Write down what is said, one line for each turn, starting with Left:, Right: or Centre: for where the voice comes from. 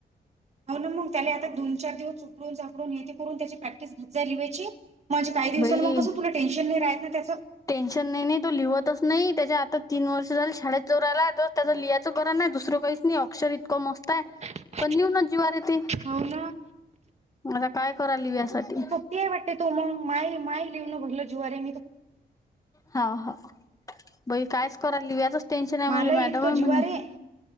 Right: हो ना मग त्याला आता दोन चार दिवस उकडून कडून हे ते करून त्याची प्रॅक्टिस घ जाय लि वयची म्हणजे काही दिवसांनी
Left: बाई
Right: मग कस तु टेनशन नाही राहयचं त्याच
Left: टेन्शन नाही नाही तो लिहतच नाही त्याच्या आता तीन वर्ष झाली शाळेत जाऊ राहिला तर त्यां लिहायचं गरा्ण दुसरं काही नाही अक्षर इतकं मस्त आहे
Right: <unintelligible>
Left: पण लिव्हना जीवार येते
Right: हो ना
Left: आता काय करा लिव यासाठी
Right: ते वाटते तू मग माय माय लिव न बघल जुववरे मी
Left: हा हा बई कायच करा लिव्याजच टेन्शन आहे
Right: मलाही
Left: मॅडम
Right: इतकं
Left: आहे
Right: जिवारे
Left: म्हणणे